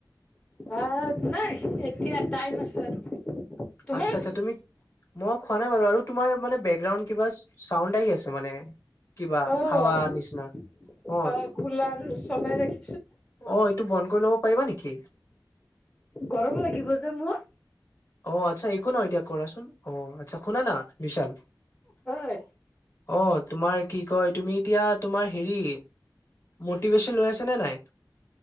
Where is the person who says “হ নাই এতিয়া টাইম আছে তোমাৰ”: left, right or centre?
Left